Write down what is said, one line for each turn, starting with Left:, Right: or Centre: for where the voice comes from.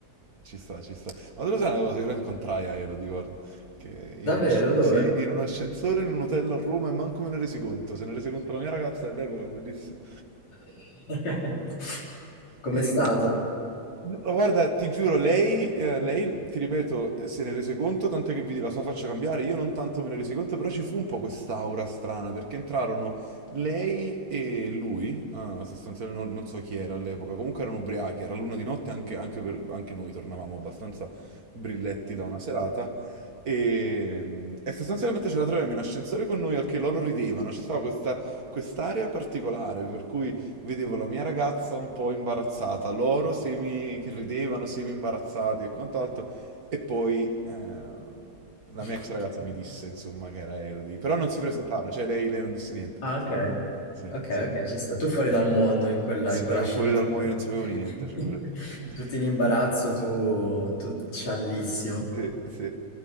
Right: ci sta, ci sta. Ma tu lo sai una cosa, io lo incontrai a Elodie, guarda, che in
Left: Davvero?
Right: un, asc-
Left: Dove?
Right: sì, in un ascensore in un hotel a Roma e manco me ne resi conto, se ne rese conto la mia ragazza all'epoca, bellissimo.
Left: <laughs> Com'è
Right: E-
Left: stato?
Right: no, Guarda, ti giuro, lei, eh, lei, ti ripeto, eh, se ne rese conto, tanto che vidi la sua faccia cambiare, io non tanto me ne resi conto, però ci fu un po' quest'aura strana, perché entrarono lei e lui, ah, sostanzialmente non, non so chi era all'epoca, comunque erano ubriachi, era l'una di notte, anche, anche per- anche noi tornavamo abbastanza brilletti da una serata, e, e sostanzialmente ce la troviamo in ascensore con noi, al che loro ridevano, ci stava questa quest'area particolare, per cui vedevo la mia ragazza un po' imbarazzata, loro semi che ridevano, semi imbarazzati e quant'altro, e poi eh, la
Left: <laughs>
Right: mia ex ragazza mi disse, insomma, che era Elodie, però non si presentarono, cioè lei, lei non disse niente.
Left: Ah, ok.
Right: Sì,
Left: Ok,
Right: sì.
Left: ok, ci sta. Tu fuori dal mondo in quella,
Right: Sì,
Left: in quell'ascensore.
Right: io fuori dal mondo non sapevo niente,
Left: <laughs>
Right: figurati. <laughs>
Left: Tutti in imbarazzo, tu, tu sciallissimo.
Right: Sì, sì.